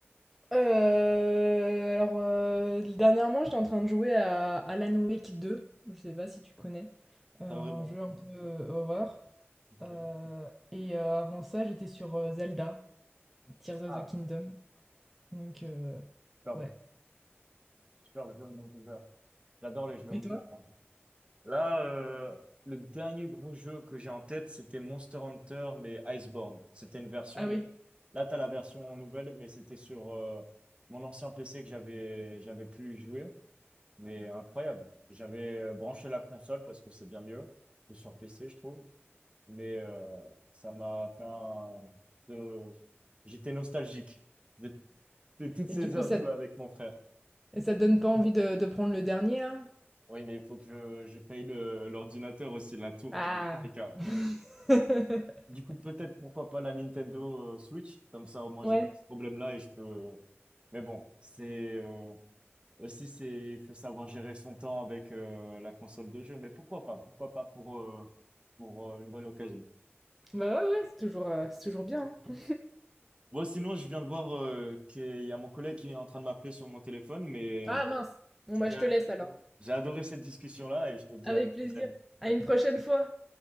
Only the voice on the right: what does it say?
Pas vraiment.
Ok.
Ah,
super,
super jeu de monde ouvert. J'adore les jeux de monde
ouvert. Là, euh, le dernier gros jeu que j'ai en tête, c'était Monster Hunter, mais Iceborne. C'était une version.
Là, tu as la version nouvelle, mais c'était sur euh, mon ancien PC que j'avais j'avais pu y jouer. Mais incroyable. J'avais euh, branché la console parce que c'est bien mieux que sur PC, je trouve. mais euh, ça m'a fait un... de- J'étais nostalgique de, de toutes ces
heures
jouées avec mon frère.
Oui, mais il faut que je, je paye le- l'ordinateur aussi, la tour,
les cas.
Du coup, peut-être pourquoi pas la Nintendo euh, Switch, comme ça au moins
j'ai pas ce problème-là et je peux. Mais bon, c'est euh, aussi c'est il faut savoir gérer son temps avec euh, la console de jeu, mais pourquoi pas, pourquoi pas pour euh, pour euh, une bonne occasion.
Ouais, sinon, je viens de voir euh, qu'il y a mon collègue qui est en train de m'appeler sur mon téléphone, mais
j'ai
j'ai adoré cette discussion-là et je te dis
à la prochaine.